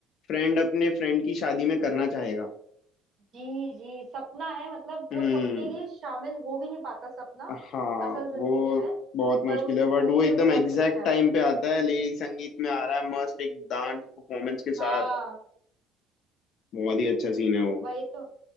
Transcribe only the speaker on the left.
फ्रेंड अपने फ्रेंड की शादी में करना चाहेगा
हम्म
हाँ
वो
बहुत मुश्किल
है
बट वो
एकदम
एग्जैक्ट
टाइम
पे आता है लेडी संगीत में आ रहा है मस्त एक डांस परफॉर्मेंस के साथ
बहुत ही अच्छा सीन है वो